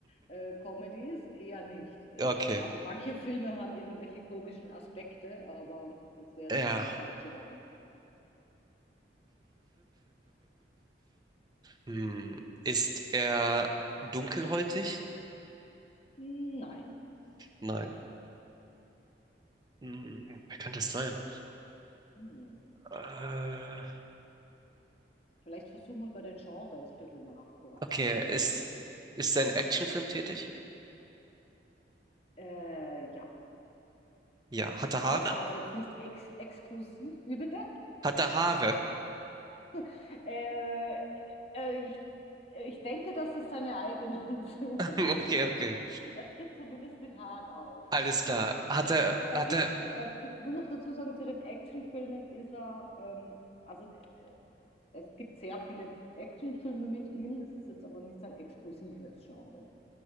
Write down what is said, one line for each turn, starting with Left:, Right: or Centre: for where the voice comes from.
Left: äh, Comedies eher nicht. Äh,
Right: Okay.
Left: Also manche Filme haben irgendwelche komischen Aspekte, aber das wäre
Right: Ja.
Left: jetzt nicht das Hauptgenre.
Right: Hm. Ist er dunkelhäutig?
Left: Nein.
Right: Nein. Hm. Wer könnte es sein?
Left: Hm.
Right: Äh,
Left: Vielleicht versuch mal bei den Genres ein bisschen nachzuhaken.
Right: okay. Ist, ist er in Actionfilm tätig?
Left: Äh, ja,
Right: Ja. Hat er
Left: auch,
Right: Haare?
Left: also jetzt nicht ex exklusiv. Wie bitte?
Right: Hat er Haare?
Left: <laughs> Äh, äh, ich, äh, ich denke, dass es seine eigenen <laughs> sind.
Right: <laughs> Okay, okay.
Left: Er tritt zumindest mit Haaren auf.
Right: Alles klar. Hat er,
Left: Er
Right: hat
Left: ist,
Right: er,
Left: er, ich muss noch dazu sagen, zu den Actionfilmen ist er, ähm, also es gibt sehr viele Actionfilme mit ihm, das ist jetzt aber nicht sein exklusives Genre.